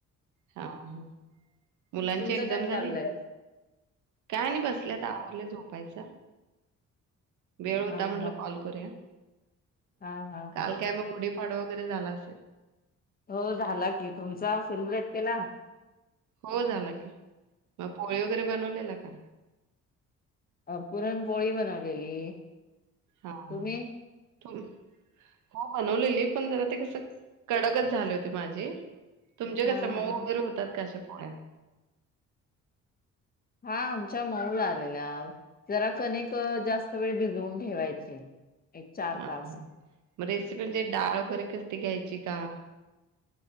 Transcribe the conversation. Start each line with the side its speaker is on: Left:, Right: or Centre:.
Right: हा.. हा. मुलांची
Left: तुमचं
Right: एक्झाम
Left: काय
Right: झाली?
Left: चाललंय
Right: काय नाही बसले. आता आवरलंय, झोपायचं. वेळ होता
Left: हा
Right: म्हटलं,
Left: हा
Right: कॉल करूया.
Left: हा हा
Right: काल
Left: हा
Right: काय मग गुडीपाडवा वगैरे झाला असेल.
Left: हो, झाला की. तुमचा, सेलिब्रेट केला?
Right: हो, झाला की. मग पोळी वगैरे बनवलेला का?
Left: अं.. पुरणपोळी बनवलेली.
Right: हा हा.
Left: तुम्ही
Right: हो बनवलेली, पण जरा ते कसं कडकच झाले होती माझे तुमचे
Left: हा
Right: कसं मऊ
Left: हा
Right: वगैरे होतात का अशा पोळ्या.
Left: हा आमच्या मऊ झालेल्या जरा कणिकं जास्त वेळ भिजवून ठेवायची,, एक चार
Right: हा
Left: तास
Right: हा, मग रेसिपी म्हणजे डाळ वगैरे कसती घ्यायची का